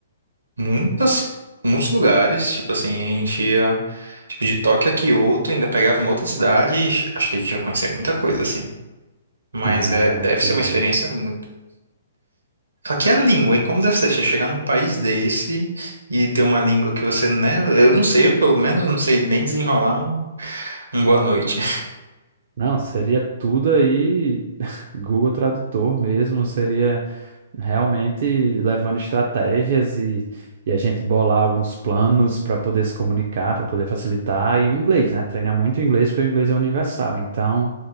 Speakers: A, on the right (about 80°); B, on the right (about 55°).
A: muitas, muitos lugares, tipo assim, a gente ia, tipo, de Tóquio a Kyoto, ainda pegava uma outra cidade e acho que a gente ia conhecer muita coisa, assim. Mas
B: Ah,
A: é, deve
B: queria.
A: ser uma experiência muito... Só que é a língua, hein? Como deve ser? Você chegar num país desse e ter uma língua que você, né? Eu não sei, pelo menos não sei nem desenrolar um Boa noite.
B: Não, seria tudo aí, <laughs> Google Tradutor mesmo, seria. realmente levando estratégias e, e a gente bolar alguns planos para poder se comunicar, para poder facilitar, e o inglês, né? Treinar muito o inglês, porque o inglês é universal. Então,